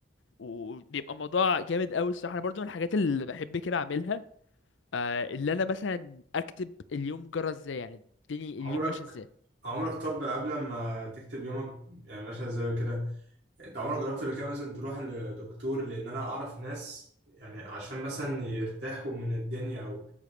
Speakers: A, on the left (about 80°); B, on the right (about 65°).
A: وبيبقى الموضوع جامد قوي الصراحه انا برضو من الحاجات اللي بحب كده اعملها آه اللي انا مثلا اكتب اليوم جرى ازاي يعني الدنيا
B: عمرك
A: اليوم ماشي ازاي
B: عمرك طب قبل ما تكتب يومك يعني ماشي ازاي وكده انت عمرك جربت قبل كده مثلا تروح لدكتور لان انا اعرف ناس يعني عشان مثلا يرتاحوا من الدنيا او